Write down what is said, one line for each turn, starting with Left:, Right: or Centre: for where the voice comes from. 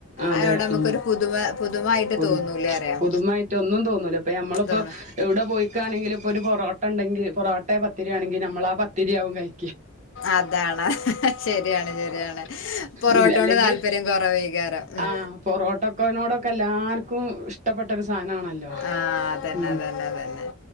Right: അതെ
Left: അവിടെ നമുക്കൊരു
Right: ഉം
Left: പുതുമ പൊതുവായിട്ട്
Right: ഇപ്പം
Left: തോന്നൂലേ അറിയാം
Right: പുതുമായിട്ട് ഒന്നും തോന്നൂല്ല ഇപ്പം നമ്മളിപ്പോ
Left: തോന്ന
Right: എവിടെ പോയിക്കാണെങ്കില് ഇപ്പോ ഒരു പൊറോട്ട ഉണ്ടങ്കിൽ പൊറോട്ടയോ പത്താരിയോ ആണെങ്കിൽ നമ്മള് ആ തിരിയാവുന്നെയായി
Left: അതാണ് അതാ ശരിയാണ് ശരിയാണ് പൊറോട്ട
Right: ഉം
Left: കൊണ്ട്
Right: അല്ലെങ്കിൽ
Left: താല്പര്യം കുറവാരിക്കും മിക്കവാറും
Right: ആഹ് പൊറോട്ടക്കനോടൊക്കെ എല്ലാർക്കും ഇഷ്ടപ്പെട്ടരു സാധനണല്ലോ
Left: ആഹ് അതന്നെ
Right: ഉം
Left: അതന്നെ അതന്നെ